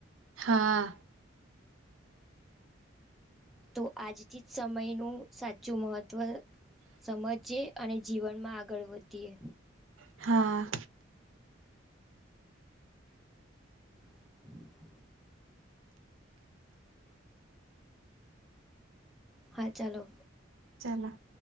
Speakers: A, on the right; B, in the centre.
A: હા
B: તો આજથી જ સમયનું સાચું મહત્વ સમજીએ. અને જીવનમાં આગળ વધીએ.
A: હા
B: હ હા ચાલો.
A: ચલો.